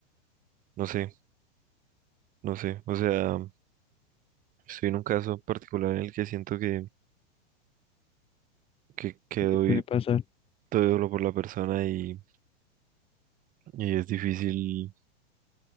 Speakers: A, on the right; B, on the left.
A: no sé, no sé, o sea, estoy en un caso particular en el que siento que, que, que
B: sí,
A: doy
B: puede pasar.
A: todo lo por la persona y, y es difícil